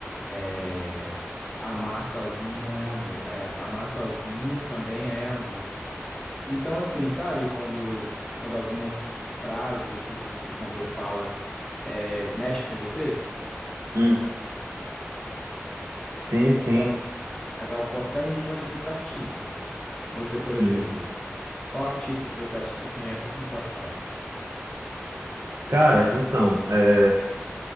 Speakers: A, on the left; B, on the right.
A: é, amar sozinho não é amor. É, amar sozinho também é amor. Então, assim, sabe, quando, quando algumas frases assim que o, que o cantor fala é, mexe com você?
B: Uhum. Sim,
A: Então,
B: sim.
A: a Gal Costa é uma desses artistas. Você, por exemplo,
B: Sim.
A: qual artista que você acha que você tem essa sensação?
B: Cara, então, é,